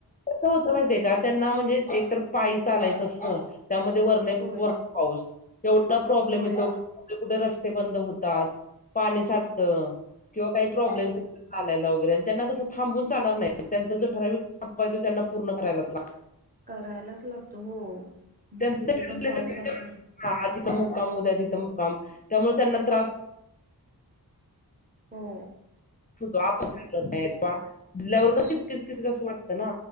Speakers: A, on the left; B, on the right.
A: होत माहितीय का त्यांना म्हणजे एकतर पायी चालायचं असतं त्यामध्ये वरने
B: होय
A: वर पाऊस एवढा प्रॉब्लेम
B: होय
A: येतो कुठे, कुठे रस्ते बंद होतात पाणी सा किंवा काही प्रॉब्लेमस
B: हो
A: चालायला वगैरे आणि त्यांना कस थांबून चाणार नाही त्यांचा जो ठराविक टप्पा आहे तो त्यांना पूर्ण करायलाच लाग
B: करायलाच लागतो हो
A: त्यांचं
B: मग किती
A: ते ठरलेलं
B: पण पाऊस
A: नियोजन
B: असतो.
A: असतं आज इथ मुक्काम उद्याची तिथ मुक्काम. त्यामुळे त्यांना त्रास
B: हो.
A: ो आपप
B: ते
A: <unintelligible> भिजल्यावर का किचकीच किचच असं वाटतं ना